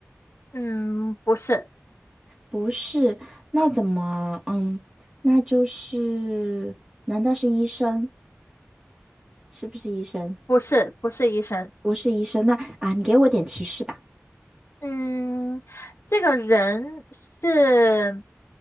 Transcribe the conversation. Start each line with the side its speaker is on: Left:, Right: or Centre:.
Left: 嗯，不是，
Right: 不是，那怎么？嗯，那就是，难道是医生？是不是医生？
Left: 不是，不是医生。
Right: 不是医生，那啊，你给我点提示吧。
Left: 嗯，这个人是